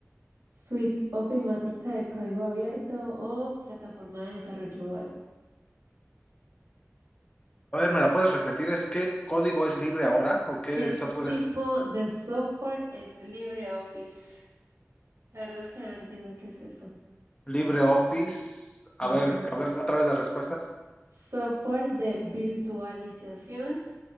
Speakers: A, on the right; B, on the left.
A: suite ofimática de código abierto o plataforma de desarrollo web?
B: A ver, ¿me la puedes repetir? ¿Es qué código es libre ahora? ¿O qué
A: ¿Qué
B: software
A: tipo
B: es
A: de software es LibreOffice? La verdad es que no entiendo qué es eso.
B: libre Office? A
A: Ajá.
B: ver, a ver otra vez las respuestas.
A: Software de virtualización,